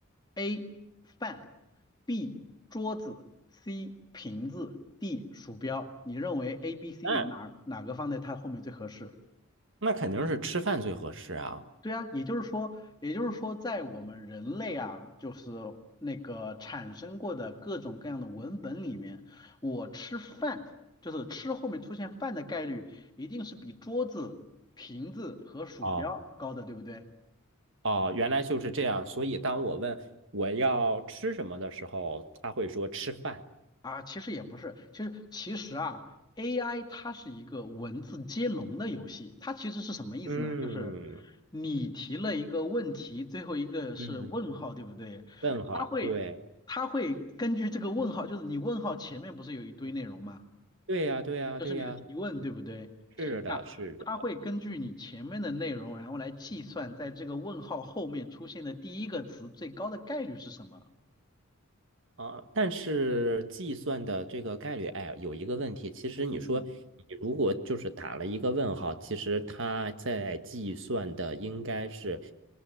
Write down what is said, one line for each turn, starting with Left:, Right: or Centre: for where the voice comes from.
Left: ：A 饭，B 桌子，C 瓶子，D 鼠标。你认为 A、B、C、
Right: 那
Left: D 哪哪个放在它后面最合适？
Right: 那肯定是吃饭最合适啊。
Left: 对啊，也就是说，也就是说，在我们人类啊，就是那个产生过的各种各样的文本里面，我吃饭，就是吃后面出现饭的概率，一定是比桌子、瓶子和鼠标高的，
Right: 哦
Left: 对不对？
Right: 哦，原来就是这样。所以当我问我要吃什么的时候，他会说吃饭。
Left: 啊，其实也不是，其实其实啊，AI 它是一个文字接龙的游戏，它其实是什么意思呢？
Right: 嗯
Left: 就是你提了一个问题，最后一个是问号，
Right: 嗯，
Left: 对不对？
Right: 问号，
Left: 它会它会根据这个问号，
Right: 对
Left: 就是你问号前面不是有一堆内容嘛，
Right: 对呀，对呀，
Left: 这是你的提问，
Right: 对呀，
Left: 对不对？
Right: 是的，
Left: 那它会根据你前面的内容，
Right: 是的。
Left: 然后来计算在这个问号后面出现的第一个词最高的概率是什么。
Right: 啊，但是计算的这个概率，哎，有一个问题，其实你说你如果就是打了一个问号，
Left: 嗯嗯。
Right: 其实它在计算的应该是，